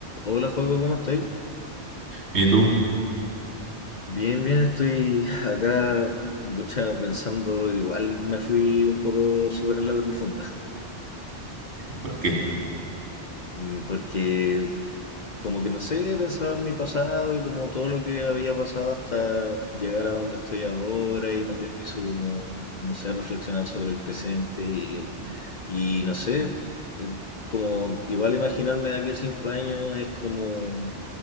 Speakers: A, on the left; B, on the right.
A: Hola, Joaco, ¿cómo estoy?
B: ¿Y tú?
A: Bien, bien, estoy <laughs> acá, mucha pensando, igual me fui un poco súper en la profunda,
B: ¿Por qué?
A: Mm, porque Como que no sé, pensaba en mi pasado y como todo lo que había pasado hasta llegar a donde estoy ahora y también me hizo como, no sé, reflexionar sobre el presente y, y no sé, eh, como igual imaginarme de aquí a cinco años es como,